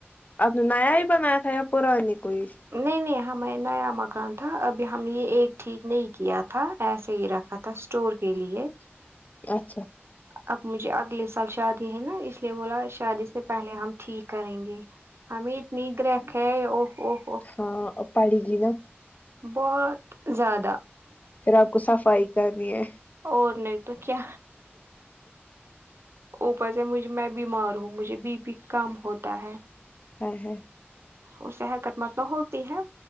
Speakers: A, on the left; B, on the right.
A: آپ نے نیا ہی بنایا تھا یا پرانی کو ہی
B: نہیں نہیں ہمیں نیا مکان تھا ابھی ہم نے یہ ایک ٹھیک نہیں کیا تھا ایسے ہی رکھ اتھا اسٹور کے لیے
A: اچھا
B: اب مجھے اگلے سال شادی ہے نا اس یہ بولا شادی سے پہلے ہم ٹھیک کریں گے ہمیں اتنی گرہ ہے او او
A: ہاں اب پڑے گی نا
B: بہت زیادہ
A: پھر آپ کو صفائی کرنی ہے
B: اور نہیں تو کیا اوپر سے مجھے میں بیمار ہوں مجھے بی پی کم ہوتا ہے
A: آئے ہائے
B: اس سے حکمت تو ہوتی ہے